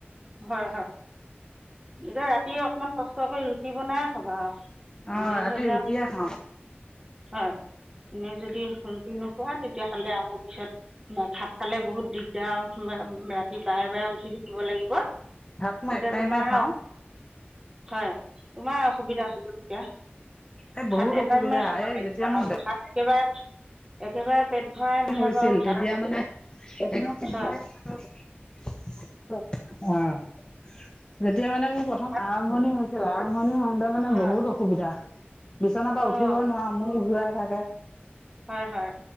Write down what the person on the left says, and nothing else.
অ
ৰাতি
ৰুটিয়ে খাওঁ
ভাত মই
এক টাইমে
খাওঁ।
এই
বহুত
অসুবিধা
এই
যেতিয়া মোৰ
হৈছিল
তেতিয়া মানে অ', যেতিয়া
মানে মোৰ প্ৰথম
আৰম্ভণি হৈ আৰম্ভণি হওঁতে মানে
বহুত অসুবিধা, বিচনাৰ পৰা
উঠিবই নোৱাৰো মূৰ ঘূৰাই। <inaudible>